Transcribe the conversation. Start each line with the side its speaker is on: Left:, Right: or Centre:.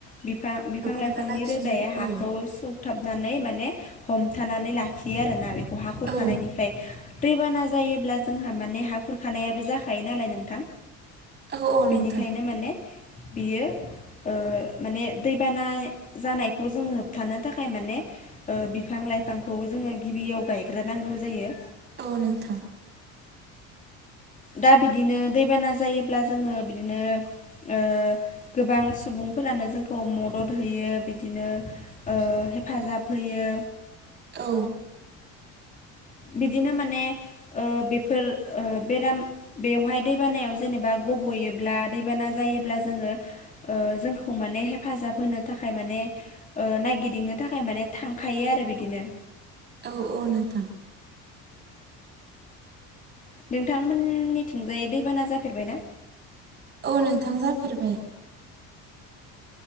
Left: बिफा बिफां
Right: होबथाना
Left: लाइफांनि
Right: लाखियो
Left: रोदाया हाखौ
Right: औ
Left: सु थाबनानै माने हमथानानै लाखियो आरो ना बेखौ हा खुरखानायनिफ्राय
Right: औ
Left: दैबाना जायोब्ला जोंहा माने हा खुरखानायाबो जाखायो नालाय नोंथां।
Right: औ औ नोंथां
Left: बेनिखायनो माने बियो ओ माने दैबाना जानायखौ जों होबथानो थाखाय माने ओ बिफां लाइफांखौ जोङो गिबियाव गायग्रोनांगौ जायो।
Right: औ नोंथां।
Left: दा बिदिनो दैबाना जायोब्ला जोङो बिदिनो ओ गोबां सुबुंफोरानो जोंखौ मदद होयो बिदिनो ओ हेफाजाब होयो।
Right: औ।
Left: बिदिनो माने ओ बेफोर ओ बेराम बेवहाय दै बानायाव जेनेबा गब'योब्ला दैबाना जायोब्ला जोङो ओ जोंखौ माने हेफाजाब होनो थाखाय माने ओ नायगिदिंनो थाखाय माने थांखायो आरो बिदिनो।
Right: औ औ नोंथां।
Left: नोंथांमोननिथिंजाय दैबाना जाफेरबायना
Right: औ नोंथां जाफेरबाय।